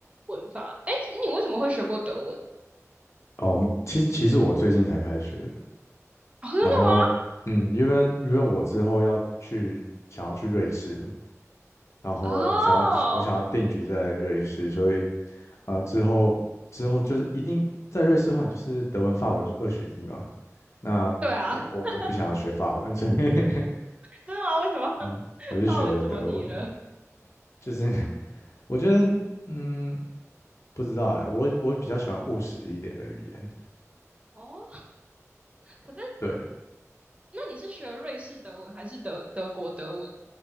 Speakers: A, on the right; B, on the left.
A: 文法。诶，你为什么会学过德文？
B: 哦，其实其实我最近才开始学的，
A: 哦，真的吗？
B: 然后嗯，因为因为我之后要去想要去瑞士，然后想要我想要定居在瑞士，
A: 哦，
B: 所以啊，之后之后就是一定在瑞士的话，你就是德文、法文是二选一嘛。那我我我不想要学法文，
A: 对啊 <laughs>，真
B: 所以 <laughs>
A: 的吗？为什么
B: 嗯我就学的德文，
A: <laughs> 法文怎么你了？
B: 就是 <laughs> 我觉得。嗯，不知道哎、我我比较喜欢务实一点的语言。
A: 哦，可是
B: 对，
A: 那你是学瑞士德文还是德德国德文？